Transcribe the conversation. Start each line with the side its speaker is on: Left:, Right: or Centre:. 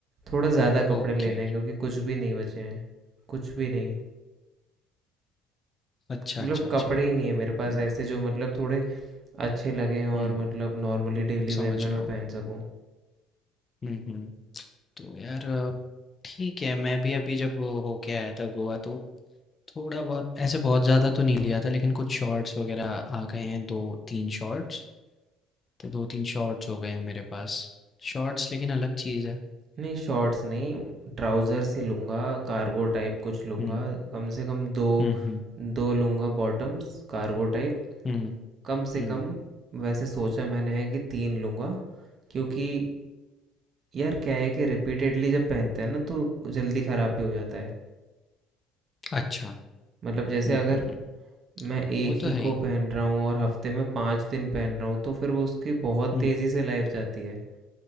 Right: थोड़ा ज़्यादा कपड़े
Left: ओके
Right: लेने हैं क्योंकि कुछ भी नहीं बचे हैं, कुछ भी नहीं।
Left: अच्छा
Right: मतलब
Left: अच्छा अच्छा
Right: कपड़े ही नहीं है मेरे पास
Left: हुँ,
Right: ऐसे जो मतलब थोड़े अच्छे लगें और
Left: हुँ,
Right: मतलब नॉर्मली डेली
Left: समझ
Right: वेयर में
Left: रहा
Right: मैं पहन
Left: हूँ।
Right: सकूं
Left: हुँ, हुँ। तो यार अ, ठीक है, मैं भी अभी जब वो होके आया था गोवा तो थोड़ा बहुत ऐसे बहुत ज़्यादा तो नहीं लिया था लेकिन कुछ शॉर्ट्स वग़ैरह आ गए हैं 2-3 शॉर्ट्स, तो 2-3 शॉर्ट्स हो गए हैं मेरे पास। शॉर्ट्स लेकिन अलग चीज़ है।
Right: नहीं शॉर्ट्स नहीं ट्राउज़र्स ही लूँगा कार्गो टाइप कुछ लूँगा
Left: हुँ,
Right: कम से कम दो
Left: हुँ, हुँ,
Right: दो लूँगा बॉटम्स कार्गो टाइप
Left: हुँ,
Right: कम से
Left: हुँ।
Right: कम वैसे सोचा मैंने है कि तीन लूँगा क्योंकि यार क्या है कि रिपीटेडली जब पहनते हैं ना तो जल्दी ख़राब भी हो जाता है
Left: अच्छा।
Right: मतलब जैसे
Left: हुँ,
Right: अगर
Left: हुँ, हुँ।
Right: मैं एक
Left: वो
Right: ही
Left: तो है ही।
Right: को पहन रहा हूँ और हफ्ते में पाँच दिन पहन रहा हूँ तो फिर वो उसकी बहुत
Left: हुँ,
Right: तेज़ी से लाइफ जाती है